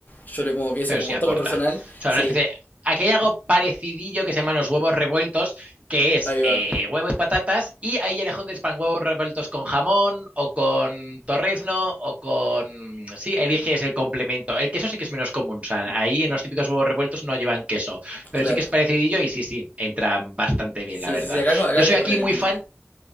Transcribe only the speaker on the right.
pero
sí aporta.
O sea,
una especie de- Aquí hay algo parecidillo que se llaman los huevos revueltos, que es
eh,
huevo y patatas, y ahí ya le juntas pan huevos revueltos con jamón o con torrezno o con... Sí, eliges el complemento. El queso sí que es menos común, o sea, ahí en los típicos huevos revueltos no llevan queso, pero
sí que es parecidillo y sí, sí, entran bastante bien,
la verdad.
Yo
soy aquí
muy
fan